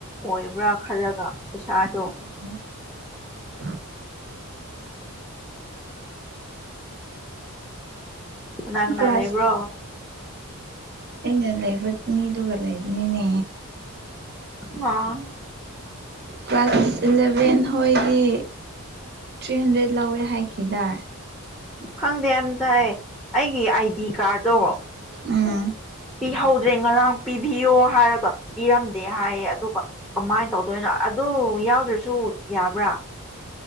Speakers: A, in the centre; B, on the right (about 45°).
A: ꯑꯣꯏꯕ꯭ꯔꯥ ꯈꯜꯂꯒ ꯄꯩꯁꯥꯗꯣ
B: ꯑ
A: ꯉꯅꯥ ꯀꯅꯥ
B: ꯀ꯭ꯂꯥꯁ
A: ꯂꯩꯕ꯭ꯔꯣ
B: ꯃꯤꯅ ꯂꯩꯕ ꯃꯤꯗꯨꯒ ꯂꯩꯕꯅꯤꯅꯦ
A: ꯑꯥ
B: ꯀ꯭ꯂꯥꯁ ꯏꯂꯚꯦꯟ ꯍꯣꯏꯒꯤ ꯊ꯭ꯔꯤ ꯍꯟꯗ꯭ꯔꯦꯗ ꯂꯧꯋꯦ ꯍꯥꯏꯈꯤꯗꯥ
A: ꯈꯪꯗꯦ ꯑꯝꯇꯥꯏ ꯑꯩꯒꯤ ꯑꯥꯏ ꯗꯤ ꯀꯥꯔꯠꯇꯣ
B: ꯑꯥ
A: ꯄꯤꯍꯧꯗ꯭ꯔꯦ ꯉꯔꯥꯡ ꯄꯤꯕꯤꯌꯣ ꯍꯥꯏꯔꯒ ꯄꯤꯔꯝꯗꯦ ꯍꯥꯏꯌꯦ ꯑꯗꯨꯒ ꯀꯃꯥꯏꯅ ꯇꯧꯗꯣꯏꯅꯣ ꯑꯗꯨ ꯌꯥꯎꯗ꯭ꯔꯁꯨ ꯌꯥꯕ꯭ꯔꯥ